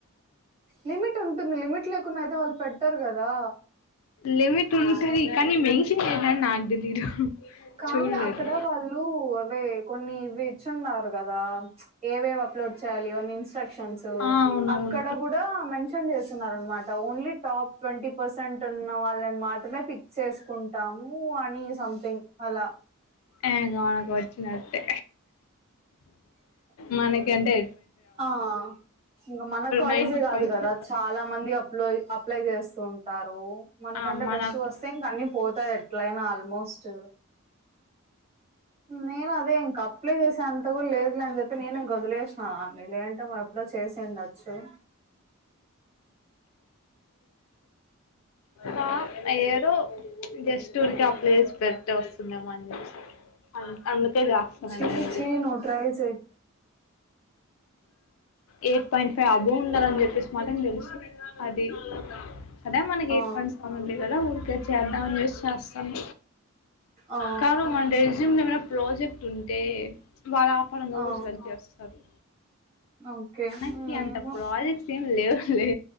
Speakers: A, on the right; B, on the left.
A: లిమిట్ ఉంటుంది. లిమిట్ లేకున్న అయితే వాళ్ళు పెట్టారు కదా!
B: లిమిట్ ఉంటది.
A: సో
B: కానీ మెన్షన్ చేస్నారని నాకు తెలీదు.
A: కానీ
B: చూడలేదు
A: అక్కడ వాళ్ళు, అవే కొన్ని ఇవి ఇచ్చున్నారు కదా! ఏవేవి అప్లోడ్ చేయాలి ఇవన్నీ ఇన్ ట్రక్షన్స్
B: ఆ అవునవును
A: అక్కడ కూడ మెన్షన్ చేసున్నారు. అనమా ఓన్లీ టాప్ ట్వంటీ పర్సెంట్ ఉన్న వాళ్ళని మాత్రమే, పిక్ చేసుకుంటాము అని సంథింగ్ అల.
B: ఇంగ మనకు వచ్చినట్టే
A: అ
B: మనకి. అంటె,
A: ఆ ఇంగ మన కాలేజే
B: నైన్
A: కాదు
B: పాయింట్
A: కదా! చాలా మంది అప్లో అప్లై చేస్తు ఉంటారు. మనకంటే
B: ఆ మనకు
A: బెస్ట్ వస్తే ఇంక అన్ని పోతాయి ఎట్లయినా ఆల్మోస్ట్. నేను అదే ఇంక. అప్లై చేసే అంత కూడ లేదులె అని చెప్పి నేను ఇం వదిలేసినవన్ని. లేదంటే, అప్లై చేసిండచ్చు.
B: టాప్ ఏదో జస్ట్ ఊరికే అప్లై చేసి పెడితే వస్తుందేమో అని చెప్పేసి. అన్ అందు టె రాస్తున్న
A: చెయ్
B: నేనయితే.
A: చెయ్ నువ్వు ట్రై చెయ్
B: ఎయిట్ పాయింట్ ఫైవ్ అబొవ్ ఉండాలని చెప్పేసి మాత్రం తెలుసు. అది అదే మనకి
A: ఆ
B: ఎయిట్ పాయింట్ సెవెన్ ఉంది కదా ఊరికే చేద్దాం అని చేసి చేస్తాన్న.
A: ఆ
B: కామ, మన రెజ్యూమ్ లో ఏమైనా ప్రాజెక్ట్ ఉంటే, వాళ్ ఆపరంగా
A: ఆ
B: కూడా సర్చ్ చేస్తారు.
A: ఓకే
B: మనకి
A: ఏమో
B: అంత ప్రాజెక్ట్స్ ఏమి లేవులే.